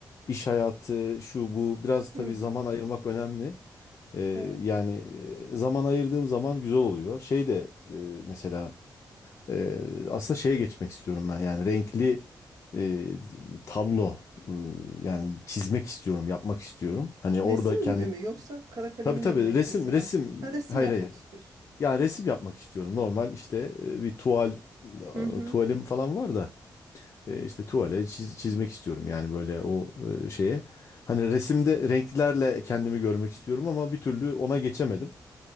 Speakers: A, on the left; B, on the right.
A: iş hayatı şu bu biraz tabii
B: hı hı.
A: zaman ayırmak önemli. E,
B: Evet.
A: yani e, zaman ayırdığım zaman güzel oluyor. Şey de e, mesela Ee, aslında şeye geçmek istiyorum ben yani renkli e, tablo e, yani çizmek istiyorum yapmak istiyorum hani orada
B: Resim
A: kendim
B: gibi mi yoksa kara kalemin
A: tabii tabii
B: de mi renklisi
A: resim resim
B: var? Ha resim
A: hayır
B: yapmak
A: hayır
B: istiyorsun.
A: ya resim yapmak istiyorum normal işte e, bir tuval
B: Hı hı.
A: e, tuvalim falan var da e, işte tuvale çiz- çizmek istiyorum yani böyle o e, şeye hani resimde renklerle kendimi görmek istiyorum ama bir türlü ona geçemedim.